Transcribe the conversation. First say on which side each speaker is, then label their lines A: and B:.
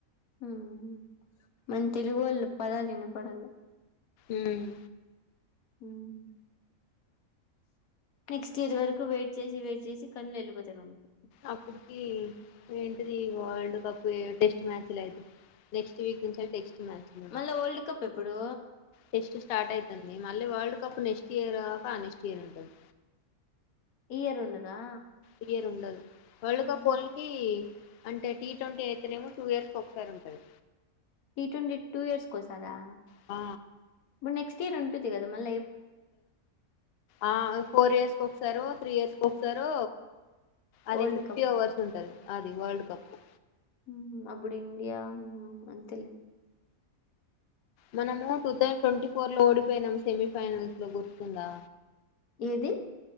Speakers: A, on the left (about 80°); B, on the left (about 60°).
A: ఉమ్మ్ మన తెలుగు వాళ్ళు పదాల్లినపడాల.
B: ఊమ్
A: ఉమ్మ్ నెక్స్ట్ ఇయర్ వరకు వెయిట్ చేసి వెయిట్ చేసి, కళ్లు వెళ్ళిపోతాయి మనకి.
B: అప్పుటికి నేన్. ఇది వరల్డ్ కప్ టెస్ట్ మ్యాచ్ లు ఐతే, నెక్స్ట్ వీక్ నుంచే టెస్ట్. మ్యాచ్చా
A: మళ్ళా వరల్డ్ కప్ ఎప్పుడు?
B: టెస్ట్ స్టార్ట్ అయితాంది. మళ్ళీ వరల్డ్ కప్ నెస్ట్. తీరా కా నెక్స్ట్ ఇయర్ ఉంటది.
A: ఈ ఇయర్ ఉండదా.
B: ఈ ఇయర్ ఉండదు వాల్డ్
A: ఆహా!
B: కప్ ఓన్లీ. అంటే టీ ట్వంటీ అయితేనేమో టూ ఇయర్స్ కి ఒకసారి ఉంటది.
A: టి ట్వంటీ టూ ఇయర్స్ కోసారా.
B: ఆ
A: నెక్ట్ ఇయర్ ఉంటుంది కా మళ్ళ
B: ఆ ఫోర్ ఇయర్స్కిసారు త్రీ ఇయర్స్ కి ఒకసారో అదే
A: వరల్డ్
B: ఫిఫ్టీ
A: కప్.
B: ఓవర్స్ ఉంటది అది వరల్డ్ కప్
A: మ్ అప్పుడు ఇండియా అంతలే
B: మనము టూ థౌసండ్ ట్వంటీ ఫో ఓడిపోయినాం సెమీఫైనల్స్ లో గుర్తుందా
A: ఏది